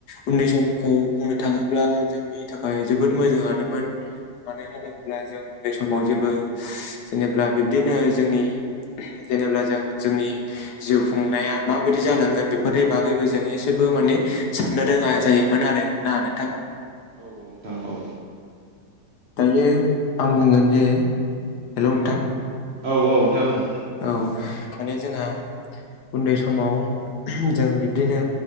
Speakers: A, on the left; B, on the right.
A: उन्दै समखौ बुंनो थाङोब्ला जोंनि थाखाय जोबोद मोजाङानोमोन। मानो होनोब्ला जों उन्दै समाव जेबो जेनेबा बिब्दिनो जोंनि जेनेब्ला जों जोंनि जिउ खुंनाया माबायदि जालांगोन बेफोरनि बागैबो जों एसेबो माने साननो रोङा जायोमोन आरो ना नोंथां?
B: औ औ।
A: दायो आं बुंगोन जे हेल' नोंथां।
B: औ औ नोंथां औ।
A: औ माने जोंहा उन्दै समाव जों बिब्दिनो